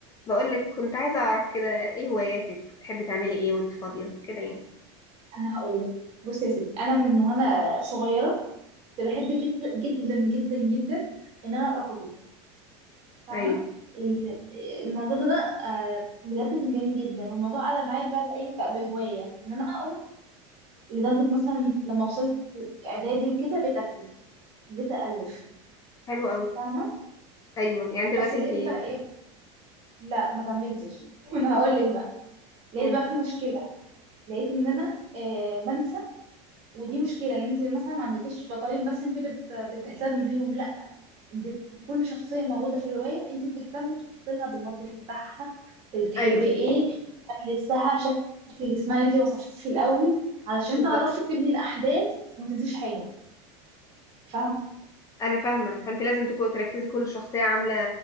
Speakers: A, on the left; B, on the right.
A: بقولك كنت عايزة أعرف كده إيه هواياتك بتحبي تعملي إيه وأنت فاضية كده يعني
B: انا هقول لك بصي يا ستي انا من وانا صغيره كنت بحب كت- جدا جدا جدا ان انا اقرا كتب فاهمه
A: أيوه
B: ال- الموضوع ده, ده آه، بجد كان جميل جدا والموضوع علق معايا بقى بايه بقى بهوايه ان انا اقرا لدرجه مثلا لما وصلت اعدادي وكده بقيت اكتب بقيت الف
A: حلو أوي
B: فاهمه
A: أيوه يعني دلوقتي
B: بس لقيت
A: أنت
B: بقى ايه لا ما كملتش <laughs> انا هقول لك بقى لقيت
A: امم
B: بقى في مشكله لقيت ان انا آه، بنسى ودي مشكله ان انت مثلا ما عندكيش بطلين بس انت بت... بتهتمي بيهم انت كل شخصيه موجوده في الروايه انت بتهتمي بتفاصيلها بالماضي بتاعها بتحب
A: أيوه
B: ايه بتهتمي لبسها بشكل جسمها اللي انت وصفتيه في الاول علشان
A: بالظبط
B: تعرفي تبني الاحداث وما تنسيش حاجه فاهمه
A: أنا فاهمة فأنت لازم تكون تركزي كل شخصية عاملة